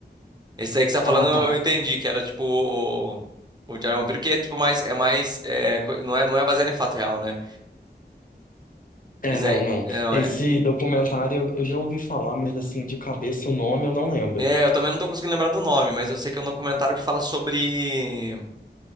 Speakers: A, on the right; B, on the left.
A: Esse daí que você tá falando,
B: Ah, tá.
A: eu, eu entendi que era tipo o, o Diário de um Vampiro, que é tipo mais, é mais, é, co- não é, não é baseado em fato real, né?
B: É,
A: Esse
B: não,
A: daí,
B: não.
A: não
B: Esse
A: é.
B: documentário eu eu já ouvi falar, mas assim, de cabeça o nome eu não lembro.
A: É, eu também não tô conseguindo lembrar do nome, mas eu sei que é um documentário que fala sobre